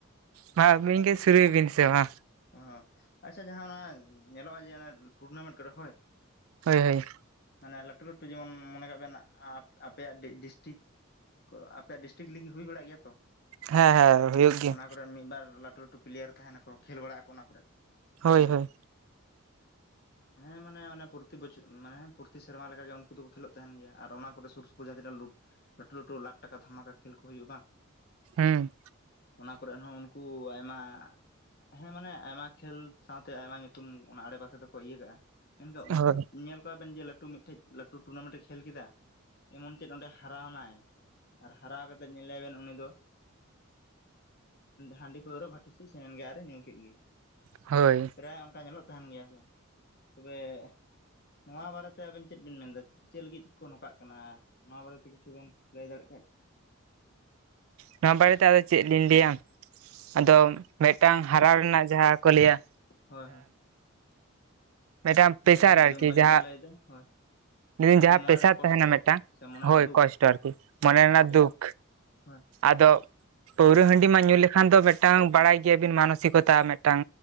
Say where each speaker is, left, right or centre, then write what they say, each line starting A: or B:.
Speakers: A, on the right; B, on the left.
A: ᱢᱟ ᱟᱹᱵᱤᱱ ᱜᱮ ᱥᱩᱨᱩᱭ ᱵᱤᱱ ᱥᱮ ᱢᱟ
B: ᱚ ᱟᱪᱪᱷᱟ ᱡᱟᱦᱟᱸ ᱚᱱᱟ ᱧᱮᱞᱚᱜᱼᱟ ᱡᱮ ᱚᱱᱟ ᱴᱩᱨᱱᱟᱢᱮᱱᱴ ᱠᱚᱨᱮ ᱦᱳᱭ
A: ᱦᱳᱭ ᱦᱳᱭ
B: ᱢᱟᱱᱮ ᱞᱟᱹᱴᱩ ᱞᱟᱹᱴᱩ ᱡᱮᱢᱚᱱ ᱢᱚᱱᱮ ᱠᱟᱜ ᱵᱮᱱ ᱟᱯᱮᱭᱟᱜ ᱰᱤᱥᱴᱤᱠ ᱟᱯᱮᱭᱟᱜ ᱰᱤᱥᱴᱤᱠ ᱞᱟᱠ ᱦᱩᱭ ᱵᱟᱲᱟᱜ ᱜᱮᱭᱟ ᱛᱚ
A: ᱦᱮᱸ ᱦᱮᱸ ᱦᱩᱭᱩᱜ ᱜᱮᱭᱟ
B: ᱚᱱᱟ ᱠᱚᱨᱮ ᱢᱤᱫ ᱵᱟᱨ ᱞᱟᱹᱴᱩ ᱞᱟᱹᱴᱩ ᱯᱞᱮᱭᱟᱨ ᱛᱟᱦᱮᱱᱟᱠᱚ ᱠᱷᱮᱞ ᱵᱟᱲᱟᱜ ᱟᱠᱚ ᱚᱱᱟ ᱠᱚᱨᱮᱫ
A: ᱦᱳᱭ
B: ᱢᱟᱱᱮ
A: ᱦᱳᱭ
B: ᱦᱮᱸ ᱢᱟᱱᱮ ᱯᱨᱚᱛᱤ ᱵᱚᱪᱷ ᱢᱮ ᱯᱨᱚᱛᱤ ᱥᱮᱨᱢᱟ ᱞᱮᱠ ᱜᱮ ᱩᱱᱠᱩ ᱫᱚᱠᱚ ᱠᱷᱮᱞᱹᱳ ᱛᱟᱦᱮᱱ ᱜᱮᱭᱟ ᱚᱱᱟ ᱠᱚᱨᱮ ᱥᱩᱨ ᱥᱩᱯᱩᱨ ᱡᱟᱦᱟᱸ ᱛᱤᱱᱟᱹᱜ ᱞᱳᱰ ᱞᱟᱹᱴᱩ ᱞᱟᱹᱴᱩ ᱞᱟᱠᱷ ᱴᱟᱠᱟ ᱫᱷᱟᱢᱟᱠᱟ ᱠᱷᱮᱞ ᱠᱚ ᱦᱩᱭᱩᱜᱼᱟ ᱵᱟᱝ
A: ᱦᱩᱸ
B: ᱚᱱᱟ ᱠᱚᱨᱮ ᱦᱚᱸ ᱩᱱᱠᱩ ᱟᱭᱢᱟ ᱦᱮᱸ ᱢᱟᱱᱮ ᱟᱭᱢᱟ ᱠᱷᱮᱞ ᱥᱟᱶᱛᱮ ᱟᱭᱢᱟ ᱧᱩᱛᱩᱢ ᱚᱱᱟ ᱟᱲᱮ ᱯᱟᱥᱮ ᱫᱚᱠᱚ ᱤᱭᱟᱹ ᱠᱟᱜᱼᱟ ᱢᱮᱱᱠᱷᱟᱱ ᱩᱱᱠᱩ
A: ᱦᱳᱭ
B: ᱧᱮᱞ ᱠᱚᱣᱟ ᱵᱮᱱ ᱡᱮ ᱞᱟᱹᱴᱩ ᱞᱟᱹᱴᱩ ᱢᱤᱫᱴᱮᱡ ᱞᱟᱹᱴᱩ ᱴᱩᱨᱱᱟᱢᱮᱱᱴ ᱮ ᱠᱷᱮᱞ ᱠᱮᱫᱟ ᱮᱢᱚᱱ ᱪᱮᱫ ᱚᱸᱰᱮ ᱦᱟᱨᱟᱣᱱᱟᱭ ᱟᱨ ᱦᱟᱨᱟᱣ ᱠᱟᱛᱮᱫ ᱧᱮᱞᱮ ᱵᱮᱱ ᱩᱱᱤ ᱫᱚ ᱦᱟᱺᱰᱤ ᱯᱟᱹᱣᱨᱟᱹ ᱵᱟᱹᱴᱤ ᱥᱮᱫ ᱥᱮᱱᱮᱱ ᱜᱮ ᱟᱨᱮ ᱧᱩ ᱠᱮᱫ ᱜᱮ
A: ᱦᱳᱭ
B: ᱯᱨᱟᱭ ᱚᱱᱠᱟ ᱧᱮᱞᱚᱜ ᱛᱟᱦᱮᱱ ᱜᱮᱭᱟ ᱥᱮ ᱛᱚᱵᱮ ᱱᱚᱣᱟ ᱵᱟᱨᱮᱛᱮ ᱛᱮ ᱟᱵᱮᱱ ᱪᱮᱫ ᱵᱮᱱ ᱢᱮᱱᱮᱫᱟ ᱪᱮᱫ ᱞᱟᱹᱜᱤᱫ ᱠᱚ ᱱᱚᱝᱠᱟᱜ ᱠᱟᱱᱟ ᱱᱚᱣᱟ ᱵᱟᱨᱮᱛᱮ ᱠᱤᱪᱷᱩ ᱵᱮᱱ ᱞᱟᱹᱭ ᱫᱟᱲᱮᱜ ᱠᱷᱟᱱ
A: ᱱᱚᱣᱟ ᱵᱟᱨᱮᱛᱮ ᱟᱫᱚ ᱪᱮᱫ ᱞᱤᱧ ᱞᱟᱹᱭᱟ ᱟᱫᱚ ᱢᱤᱫᱴᱟᱝ ᱦᱟᱨᱟ ᱨᱮᱱᱟᱜ ᱡᱟᱦᱟᱸ ᱠᱚ ᱞᱮᱭᱟ
B: ᱦᱳᱭ ᱦᱳᱭ
A: ᱢᱮᱫᱴᱟᱢ ᱯᱮᱥᱟᱨ
B: ᱞᱟᱹᱭ ᱵᱮᱱ
A: ᱟᱨᱠᱤ
B: ᱟᱹᱰᱤ ᱢᱚᱸᱡᱽ
A: ᱡᱟᱦᱟᱸ
B: ᱵᱮᱱ ᱞᱟᱹᱭᱫᱟ ᱦᱳᱭ
A: ᱞᱟᱹᱭ ᱫᱟᱹᱧ
B: ᱛᱟᱯᱚᱨ
A: ᱡᱟᱦᱟᱸ
B: ᱢᱚᱱᱮᱨᱮ
A: ᱯᱮᱥᱟᱨ
B: ᱠᱚᱥᱴᱚ
A: ᱛᱟᱦᱮᱱᱟ ᱢᱮᱫ ᱴᱟᱝ
B: ᱥᱮ ᱢᱚᱱᱮᱨᱮ
A: ᱦᱳᱭ
B: ᱫᱩᱠ
A: ᱠᱚᱥᱴᱚ ᱟᱨᱠᱤ
B: ᱦᱳᱭ
A: ᱢᱚᱱᱮ
B: ᱦᱳᱭ
A: ᱨᱮᱱᱟᱜ
B: ᱞᱟᱹᱭ
A: ᱫᱩᱠ
B: ᱵᱮᱱ ᱦᱳᱭ
A: ᱟᱫᱚ ᱯᱟᱹᱣᱨᱟᱹ ᱦᱟᱺᱰᱤ ᱢᱟ ᱧᱩ ᱞᱮᱠᱷᱟᱱ ᱫᱚ ᱢᱮᱫᱴᱟᱝ ᱵᱟᱲᱟᱭ ᱜᱮᱭᱟᱵᱤᱱ ᱢᱟᱱᱚᱥᱤᱠᱚᱛᱟ ᱢᱮᱫᱴᱟᱝ